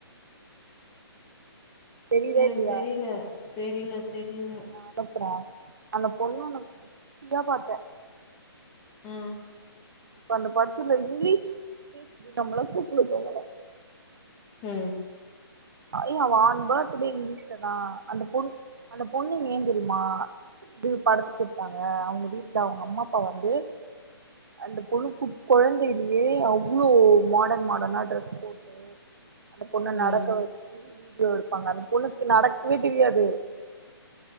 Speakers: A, on the right; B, on the left.
A: தெரியுதா
B: எனக்கு
A: இல்லையா
B: தெரியல தெரில தெரில
A: இரு நா அனுப்புறே அந்த பொண்ணு உன்னு குட்டியா பாத்தே
B: ம்
A: இப்ப அந்த படத்துல இங்கிலீஷ் பேசுது நம்மள தூக்கல தூங்கணு
B: ம்
A: ஐயோ அவா ஆன் பர்த்டே இங்கிலீஷ்ல தா அந்த பொண் அந்த பொண்ணு ஏ தெரியுமா இது படத்துக்கூப்ட்டாங்க அவங்க வீட்ல அவுங்க அம்மா அப்பா வந்து அந்த பொண்ணுக்கு கொழந்தையிலயே அவ்ளோ மாடன் மாடர்னா ட்ரெஸ் போட் அந்த பொண்ண
B: ம்
A: நடக்க வெச்சு வீடியோ எடுப்பாங்க அந்த பொண்ணுக்கு நடக்கவே தெரியாது